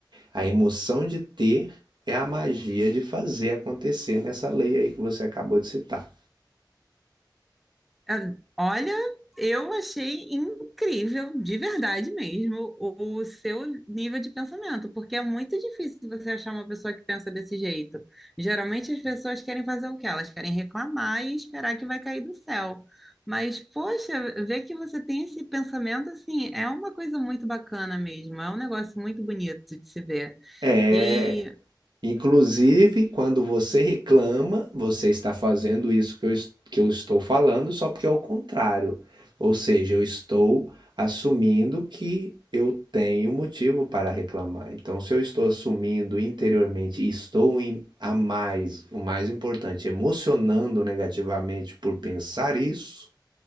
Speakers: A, on the right; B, in the centre.
A: A emoção de ter é a magia de fazer acontecer nessa lei aí que você acabou de citar.
B: eu- olha, eu achei incrível, de verdade mesmo, o, o seu nível de pensamento, porque é muito difícil você achar uma pessoa que pensa desse jeito. Geralmente as pessoas querem fazer o quê? Elas querem reclamar e esperar que vai cair do céu. Mas, poxa, ver que você tem esse pensamento assim é uma coisa muito bacana mesmo, é um negócio muito bonito de se ver.
A: É
B: E
A: Inclusive, quando você reclama, você está fazendo isso que eu, que eu estou falando, só porque é o contrário. Ou seja, eu estou assumindo que eu tenho motivo para reclamar. Então, se eu estou assumindo interiormente estou em, a mais, o mais importante, emocionando negativamente por pensar isso,